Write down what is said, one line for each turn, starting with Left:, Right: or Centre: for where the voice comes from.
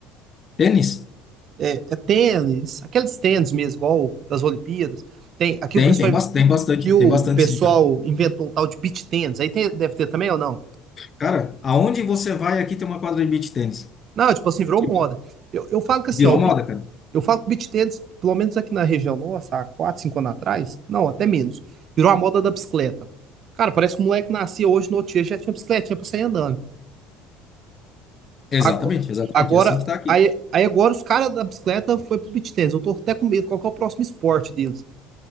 Left: Tênis?
Right: É tênis, aqueles tênis mesmo, igual das Olimpíadas. Tem, aqui
Left: Tem,
Right: o pessoal
Left: tem, bas- tem bastante,
Right: que o
Left: tem bastante
Right: pessoal
Left: sim, cara.
Right: inventou o tal de beach tênis, aí tem, deve ter também ou não?
Left: Cara, aonde você vai aqui tem uma quadra de beach tênis.
Right: Não, tipo assim, virou
Left: Tipo,
Right: moda. Eu, eu falo que assim,
Left: virou
Right: ó, o
Left: moda, cara.
Right: Eu falo que o beach tennis, pelo menos aqui na região nossa, há 4, 5 anos atrás, não, até menos, virou a moda da bicicleta. Cara, parece que o moleque nascia hoje no outro dia, já tinha bicicletinha pra sair andando.
Left: Exatamente,
Right: Ago-
Left: exatamente.
Right: Agora,
Left: É assim que tá aqui.
Right: aí, aí agora os caras da bicicleta foi pro beach tennis. Eu tô até com medo, qual que é o próximo esporte deles?